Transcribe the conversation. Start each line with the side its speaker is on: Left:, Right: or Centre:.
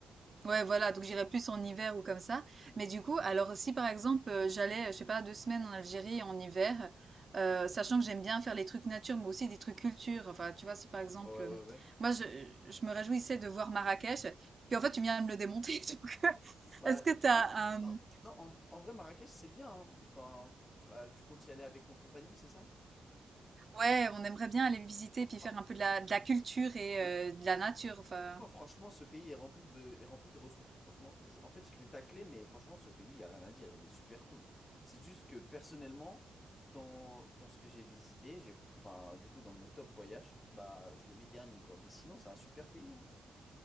Right: Ouais, voilà, donc j'irai plus en hiver ou comme ça. Mais du coup, alors si par exemple euh, j'allais, je sais pas, deux semaines en Algérie en hiver, euh, sachant que j'aime bien faire les trucs nature, mais aussi des trucs culture. Enfin, tu vois, si par exemple,
Left: Ouais ouais
Right: euh,
Left: ouais. ouais.
Right: moi je, je me réjouissais de voir Marrakech, puis en fait tu viens de me le démonter. <laughs> Donc,
Left: Bah,
Right: est-ce que t'as
Left: non, non,
Right: un
Left: non, en, en vrai, Marrakech, c'est bien. hein. Enfin, bah, tu comptes y aller avec ton compagnon, c'est ça?
Right: Ouais, on aimerait bien aller visiter
Left: Fran-
Right: puis faire un peu de la de la culture et
Left: ouais,
Right: heu, de la nature, enfin
Left: non, franchement, ce pays est rempli de, est rempli de ressources. Franchement, je- en fait, je l'ai taclé, mais franchement, ce pays, il n'y a rien à dire. Il est super cool. C'est juste que personnellement, dans, dans ce que j'ai visité, j'ai, enfin, du coup, dans mon top voyage, bah, je le mets dernier, quoi. Mais sinon, c'est un super pays, hein.